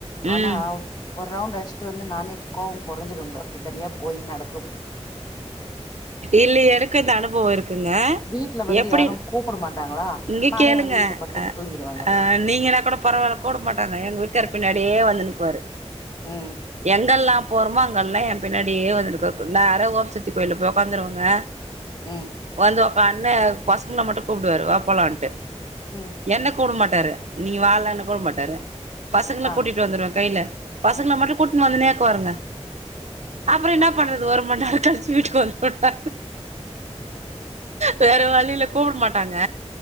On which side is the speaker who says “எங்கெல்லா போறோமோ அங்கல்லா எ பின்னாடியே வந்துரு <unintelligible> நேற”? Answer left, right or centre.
Right